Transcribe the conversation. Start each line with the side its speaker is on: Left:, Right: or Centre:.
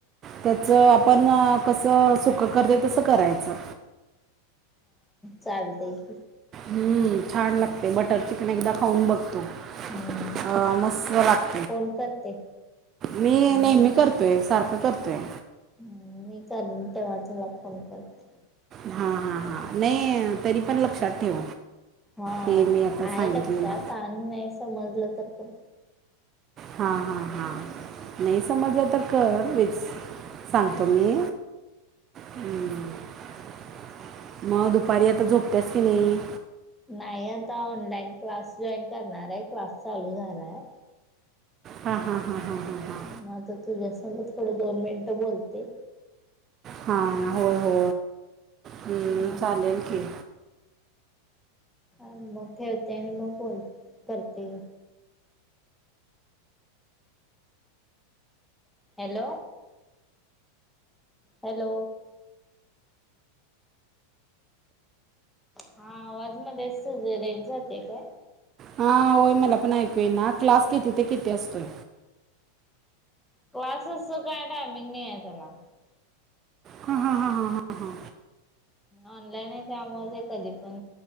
Right: त्याच आपन कसं सुकं करतय तसं करायचं
Centre: चालतये की
Right: ह्म छान लागते बटर चिकन एकदा खाऊन बघतू अ
Centre: हम्म
Right: मस्त लागते
Centre: फोन करते
Right: मी
Centre: आणि
Right: नेहमी करतोय सारखं करतोय
Centre: हम्म मी चालून तेव्हा तुला फोन करते
Right: हा हा हा नाही तरी पण लक्षात ठेव
Centre: हा,
Right: हे मी आता
Centre: आहे
Right: सांगितलेलं
Centre: लक्षात आणि नाही समजलं तर पण
Right: हा हा हा, नाही समजलं तर कर मिन्स सांगतो मी. हम् मग दुपारी आता झोपतेस कि नाही?
Centre: नाही, आता ऑनलाइन क्लास जॉईन करणार आहे, क्लास चालू झालाय.
Right: हा हा हा हा हा हा.
Centre: म आता तुझ्या संग थोडं दोन मिनिटं बोलते.
Right: हा हो हो हम्म
Centre: हा
Right: चालेल की.
Centre: मग ठेवते आणि मग बोल करते. हॅलो. हॅलो. हा आवाज मध्येच रेंज जाते काय?
Right: हा होय मला पण ऐकू येई ना, क्लास किती ते किती असतोय?
Centre: क्लासेसच काय टायमिंग नाही आहे त्याला
Right: हा हा हा हा हा हा.
Centre: ऑनलाईन आहे त्यामुळे ते कधी पण